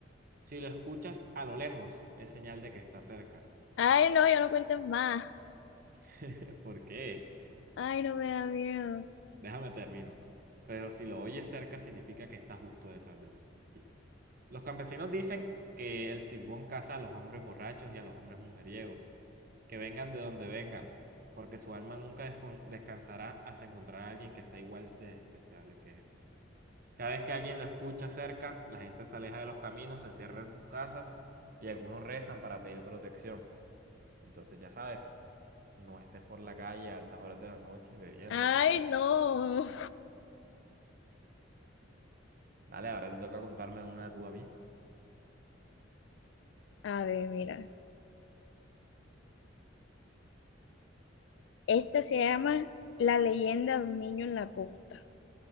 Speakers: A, on the right; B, on the left.
A: Si lo escuchas a lo lejos, es señal de que está cerca.
B: Ay, no, ya no cuentes más.
A: <laughs> ¿Por qué?
B: Ay, no me da miedo.
A: Déjame termino. Pero si lo oyes cerca, significa que está justo detrás de ti. Los campesinos dicen que el silbón caza a los hombres borrachos y a los hombres mujeriegos, que vengan de donde vengan, porque su alma nunca descon- descansará hasta encontrar a alguien que sea igual de despreciable que él. Cada vez que alguien lo escucha cerca, la gente se aleja de los caminos, se encierra en sus casas y algunos rezan para pedir protección. Entonces, ya sabes, no estés por la calle a altas horas de la noche bebiendo.
B: Ay, no.
A: Vale, ahora te toca contarme una tú a mí.
B: A ver, mira. Esta se llama La leyenda de un niño en la costa.